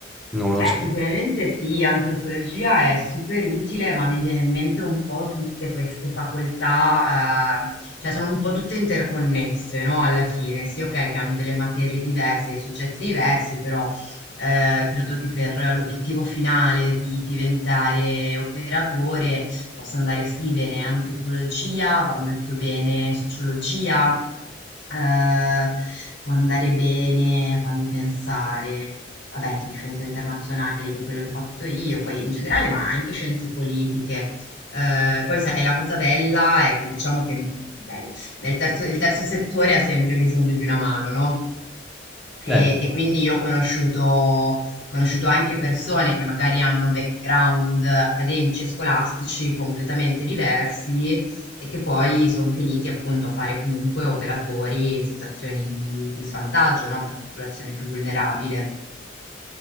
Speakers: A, in the centre; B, on the left.
A: non lo
B: Beh,
A: so.
B: sicuramente sì, antropologia è super utile, ma mi viene in mente un po' tutte queste facoltà, eh, cioè sono un po' tutte interconnesse, no? Alla fine, sì, ok, che hanno delle materie diverse, dei soggetti diversi, però eh, credo che per l'obiettivo finale di diventare operatore possa andare sì bene antropologia, va molto bene sociologia. Ehm, può andare bene, fammi pensare. Vabbè, sì, scienze internazionali, che è quello che ho fatto io, poi in generale, ma anche scienze politiche. Eh, poi sai, la cosa bella è che diciamo che bello, nel terzo, il terzo settore ha sempre bisogno di una mano, no? E,
A: Beh,
B: e quindi io ho conosciuto, ho conosciuto anche persone che magari hanno background accademici e scolastici completamente diversi, e che poi son finiti appunto a fare comunque operatori in situazioni di di svantaggio, no, per la popolazione più vulnerabile.